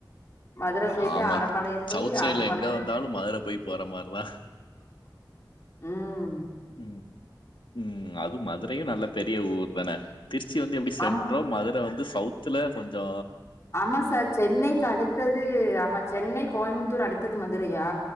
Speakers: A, on the left; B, on the left.
A: மதுர போயிட்டு
B: ஆமா
A: அரப்பாளையம் போய்
B: சவுத் சைட்ல
A: அரப்பாளையம்
B: எங்க வந்தாலு மதுர போய் போற மாதிரிதா
A: ம்
B: ம் ம் அது மதுரயு நல்ல பெரிய ஊர்தான திருச்சி வந்து எப்டி சென்றோ
A: ஆமா
B: மதுர வந்து சவுத்துல கொஞ்சோ
A: ஆம்மா சார் சென்னை அடுத்தது ஆமா சென்னை கோயம்புத்தூர் அடுத்தது மதுரயா